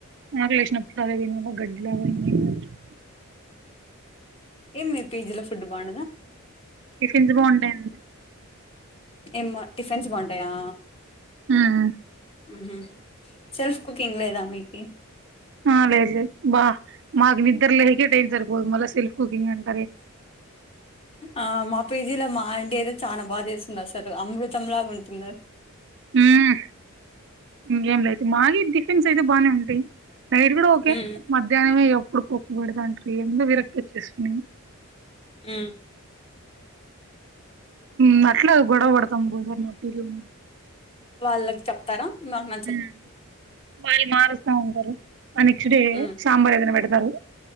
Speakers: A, on the right; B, on the left.
A: ఆకలి ఏసినప్పుడు అదే తినాలా గడ్డి లాగా <unintelligible>
B: ఏమి మీ పి జి లో ఫుడ్ బాగుండద
A: టిఫిన్స్ బాగుంటాయండి
B: ఏం బా టిఫిన్స్ బాగుంటాయా
A: ఆ అ
B: మ్ హు సెల్ఫ్ కుకింగ్ లేదా మీకి
A: అ లేదు లేదు బా మాకు నిద్ద్రలేకే టైమ్ సరిపోదు మల్ల సెల్ఫ్ కుకింగ్ అంట
B: ఆ మా పేజీల మా ఆంటీ అయితే చాలా బాగా చేస్ అసలు అమృతంలాగా ఉంటుంది
A: మ్ ఇంకేం లే అయితే మాగే డిఫెన్స్ అయితే బానే ఉంటాయి నైట్ కూడా ఓకే
B: హ్మ్
A: మధ్యాహ్నమే ఎప్పుడు పప్పు పెడుతంటీ ఎన్టనే విరక్తి వచ్చేస్తుంది
B: మ్
A: మ్ అట్ల గొడవ పడతాంకోసార్ మద్య లోనే
B: వాళ్ళకి చెప్ తార నాకు న
A: మ్ వాళ్ళు మారుస్తా ఉంటారు ఆ నెక్స్డే
B: ఉమ్
A: సాంబార్ ఏదైనా పెడుతారు